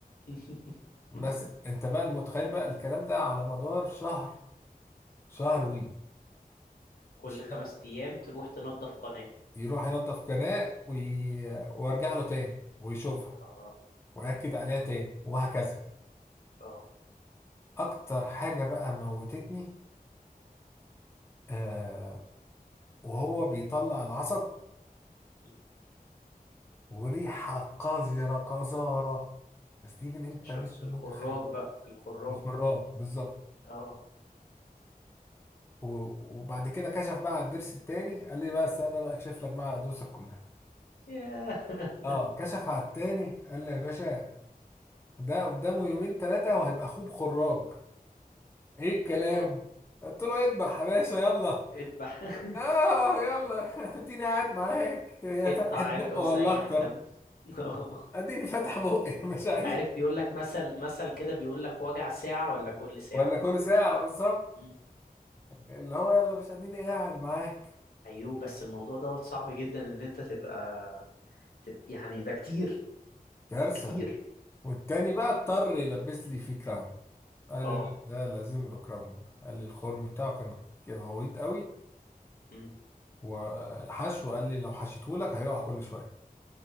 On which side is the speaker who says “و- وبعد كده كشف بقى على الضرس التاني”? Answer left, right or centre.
Left